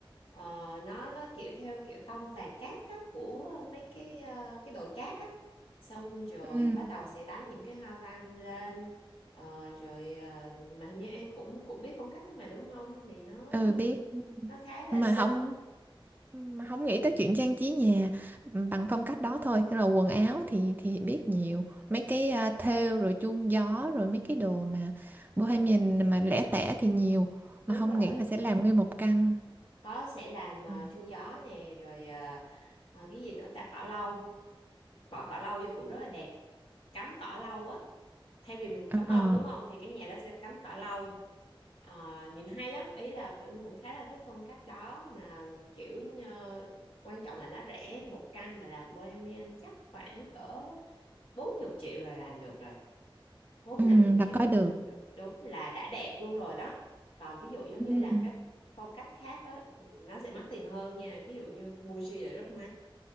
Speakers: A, on the left; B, on the right.
A: Ờ, nó nó kiểu theo kiểu tông vàng cát á, của mấy cái ờ, cái đồi cát á xong rồi
B: Ừ.
A: bắt đầu sẽ đánh những cái hoa văn lên Ờ, rồi ờ, mà hình như anh cũng cũng biết phong cách đó mà đúng không thì nó
B: ừ biết Ừ.
A: nó khá là
B: mà
A: xinh
B: không mà không nghĩ tới chuyện trang trí nhà ừ, bằng phong cách đó thôi Thế là quần áo thì thì biết nhiều mấy cái à, thêu rồi chuông gió rồi mấy cái đồ mà bohemian mà lẻ tẻ thì nhiều mà
A: đúng
B: không
A: rồi
B: nghĩ là sẽ làm nguyên một căn
A: có sẽ làm ờ,
B: Ừ.
A: chuông gió nè rồi ờ, ờ, cái gì nữa ta cỏ lâu bỏ cỏ lau vô cũng rất là đẹp cắm cỏ lau á thay vì mình
B: Ờ,
A: cắm bông đúng không thì cái nhà đó sẽ cắm cỏ lau Ờ, nhìn hay lắm ý là Linh cũng khá là thích phong cách đó mà kiểu như, quan trọng là nó rẻ một căn mà làm Bohemian chắc khoảng cỡ 40 triệu là làm được rồi bốn
B: ừ,
A: năm chục
B: là
A: triệu
B: coi
A: là
B: được
A: làm được đúng là đã đẹp luôn rồi đó còn ví dụ giống
B: ừ,
A: như làm các phong cách khác á nó sẽ mắc tiền hơn nha ví dụ như Muji là rất mắc